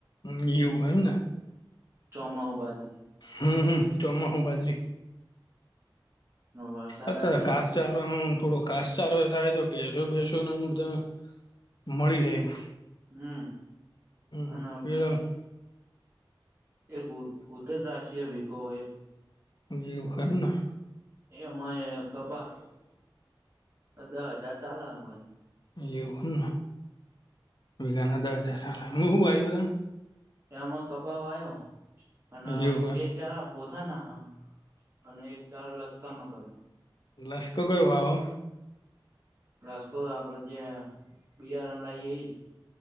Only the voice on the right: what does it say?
ચોમાહુ બાદ <unintelligible> ર
વરસાદ
આયો ને
હમ
અને
એક ઉ ઉત્તર રાષ્ટ્રીય વીકો એક
એ માંરે કપા દહ હજાર ચાલે હમણાં
એ એમાં કપાવવા આવ્યો અને
બે
ચારા પોથાના અને એક દાળો લશકનો કરે.
રસકો તો આપડે જે બીયારણ લઈએ એજ.